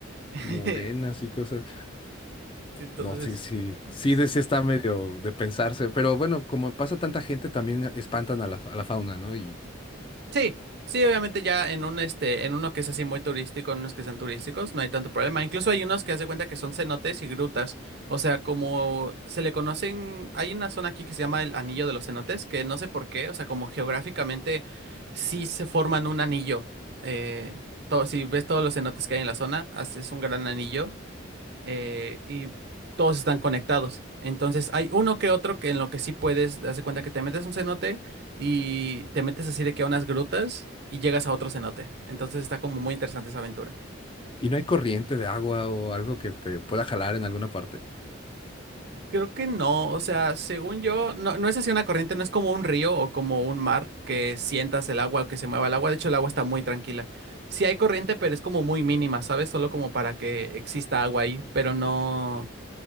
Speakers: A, on the right (about 55°); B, on the left (about 25°).
A: <laughs>
B: Morenas y cosas.
A: Entonces,
B: No, sí, sí, sí,
A: sí.
B: de, sí está medio de pensarse, pero bueno, como pasa tanta gente, también espantan a la, fa- a la fauna, ¿no?
A: Sí, sí, obviamente ya en un este, en uno que es así muy turístico, en unos que sean turísticos, no hay tanto problema. Incluso hay unos que hace cuenta que son cenotes y grutas. O sea, como se le conocen, hay una zona aquí que se llama el Anillo de los Cenotes, que no sé por qué, o sea, como geográficamente sí se forman un anillo. Eh, todo, si ves todos los cenotes que hay en la zona, hace- es un gran anillo eh, y todos están conectados. Entonces hay uno que otro que en lo que sí puedes, darse cuenta que te metes a un cenote y te metes así de que a unas grutas y llegas a otro cenote. Entonces está como muy interesante esa aventura.
B: ¿Y no hay corriente de agua o algo que te pueda jalar en alguna parte?
A: Creo que no, o sea, según yo, no, no es así una corriente, no es como un río o como un mar que sientas el agua o que se mueva el agua. De hecho, el agua está muy tranquila. Sí hay corriente, pero es como muy mínima, ¿sabes? Solo como para que exista agua ahí, pero no,